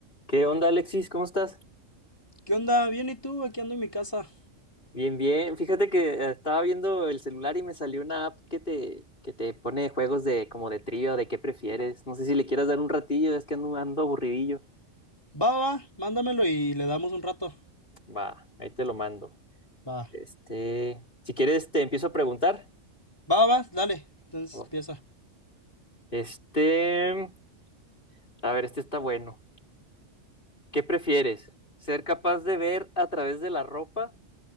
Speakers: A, on the left; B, on the left.
A: ¿Qué onda, Alexis? ¿Cómo estás?
B: ¿Qué onda? Bien, ¿y tú? Aquí ando en mi casa.
A: Bien, bien. Fíjate que eh, estaba viendo el celular y me salió una app que te, que te pone juegos de como de trío, de qué prefieres. No sé si le quieras dar un ratillo, es que ando, ando aburridillo.
B: Va, va, va, mándamelo y le damos un rato.
A: Va, ahí te lo mando.
B: Va,
A: Este, si quieres te empiezo a preguntar.
B: va, va, dale. Entonces
A: Oh.
B: empieza.
A: Este, a ver, este está bueno. ¿Qué prefieres? ¿Ser capaz de ver a través de la ropa